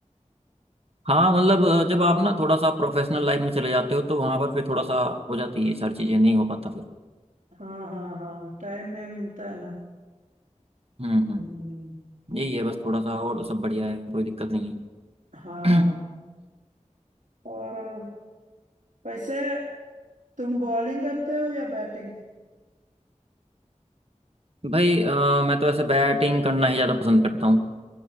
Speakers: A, on the right; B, on the right.
A: हाँ मतलब अ, जब आप ना थोड़ा सा प्रोफेशनल लाइफ में चले जाते हो तो वहां पर फिर थोड़ा सा हो जाती है ये सारी चीजें नहीं हो पाता फिर
B: हाँ हाँ हाँ टाइम नहीं मिलता है ना
A: हम्म हम्म
B: हम्म
A: यही है बस थोड़ा सा और सब बढ़िया है कोई दिक्कत नहीं
B: हाँ
A: है
B: और वैसे तुम बॉलिंग करते हो या बैटिंग
A: <clears throat> भाई अ, मैं तो ऐसे बैटिंग करना ही ज्यादा पसंद करता हूँ